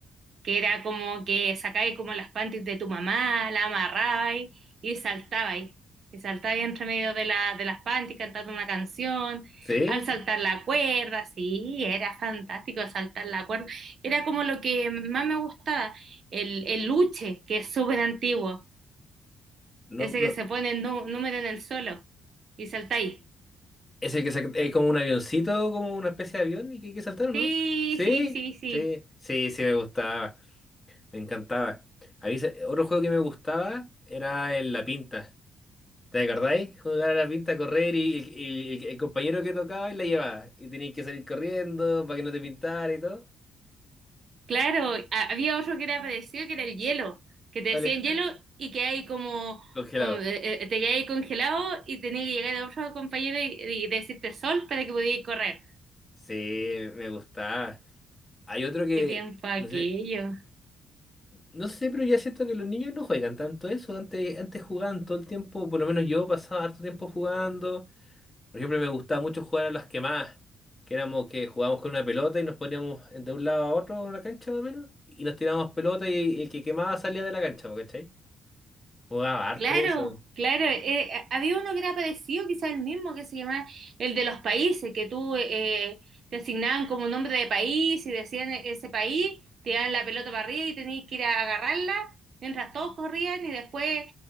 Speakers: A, on the right; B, on the left.
A: que era como que sacabais como las panties de tu mamá, la amarrabais y saltabais. Y saltabais entre medio de, la, de las panties cantando una canción,
B: ¿Sí?
A: al saltar la cuerda, sí, era fantástico saltar la cuerda. Era como lo que más me gustaba, el, el luche, que es súper antiguo,
B: No,
A: ese
B: no.
A: que se pone el nú- número en el suelo y saltáis.
B: ¿Es el que se- es como un avioncito, como una especie de avión y que hay que saltar, ¿o no?
A: Sí,
B: ¿Sí?
A: sí, sí, sí.
B: Sí, sí, sí, me gustaba, me encantaba. A mí se- otro juego que me gustaba era el La Pinta. ¿Te acordáis? Jugar a la pinta, correr y el, el- el- el compañero que tocaba y la llevaba. Y tenías que salir corriendo para que no te pintara y todo.
A: Claro, ha- había otro que era parecido, que era el hielo, que te
B: ¿Cuál
A: decían
B: es?
A: hielo
B: ese?
A: y que hay como,
B: Congelado.
A: como, eh, eh, te quedabas ahí congelado y tenías que llegar a otro compañero y, y decirte sol para que pudieras correr.
B: Sí, me gustaba. Hay otro que,
A: Qué tiempo aquello.
B: no sé, no sé, pero ya siento que los niños no juegan tanto eso. Antes, antes jugaban todo el tiempo, por lo menos yo pasaba harto tiempo jugando. Por ejemplo, me gustaba mucho jugar a las quemadas, que éramos que jugábamos con una pelota y nos poníamos de un lado a otro en una cancha más o menos, y nos tirábamos pelota y, el que quemaba salía de la cancha, ¿po? ¿cachai? Jugaba harto
A: Claro,
B: eso.
A: claro. eh, a- había uno que era parecido, quizá el mismo, que se llamaba el de los países, que tú eh, te asignaban como un nombre de país y decían e- ese país, te daban la pelota para arriba y tenías que ir a agarrarla mientras todos corrían y después